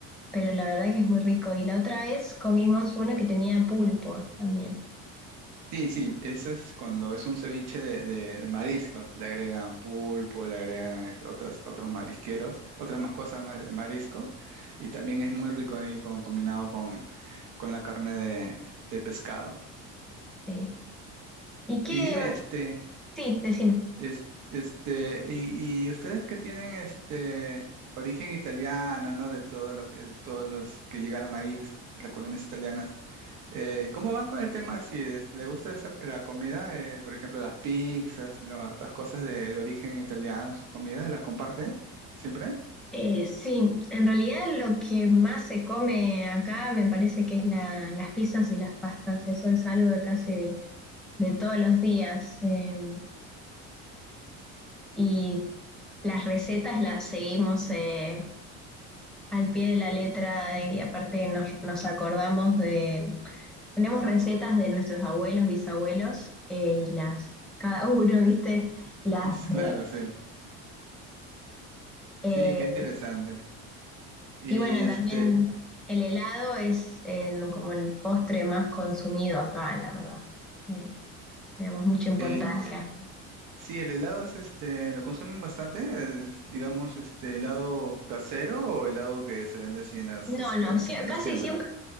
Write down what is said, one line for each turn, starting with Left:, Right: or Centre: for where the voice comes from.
Centre: pero la verdad que es muy rico. Y la otra vez comimos uno que tenía pulpo también.
Right: Sí, sí, eso es cuando es un ceviche de, de, de mariscos. Le agregan pulpo, le agregan es- otras, otros marisqueros, otras más cosas más de marisco. Y también es muy rico ahí con, combinado con, con la carne de, de pescado.
Centre: Sí. Y qué,
Right: Y dime, este,
Centre: sí, decime.
Right: es- este, y, y ustedes que tienen este origen italiano, ¿no? De todo lo que, todos los que llegaron ahí, las las colonias italianas. Eh, ¿cómo van con el tema? Si es- le gusta esa- la comida, eh, por ejemplo, las pizzas, lo- las cosas de, de origen italiano, sus comidas, ¿las comparten siempre?
Centre: Eh, sí, en realidad lo que más se come acá me parece que es la- las pizzas y las pastas. Eso es algo de casi de todos los días. eh, y las recetas las seguimos eh, al pie de la letra y aparte nos, nos acordamos de... Tenemos recetas de nuestros abuelos, bisabuelos, eh, y las, cada uno, <laughs> viste, las...
Right: <laughs>
Centre: eh,
Right: Claro, sí.
Centre: reproduce.
Right: Sí, qué interesante. Y
Centre: Y bueno,
Right: este,
Centre: también el helado es en- como el postre más consumido acá, la verdad. Eh, le damos mucha importancia.
Right: el, eh, sí, el helado es este, ¿lo consumen bastante? Es, digamos, este, helado casero o helado que se vende así en las,
Centre: No,
Right: este,
Centre: no,
Right: en
Centre: sí, casi
Right: las tiendas.
Centre: siempre,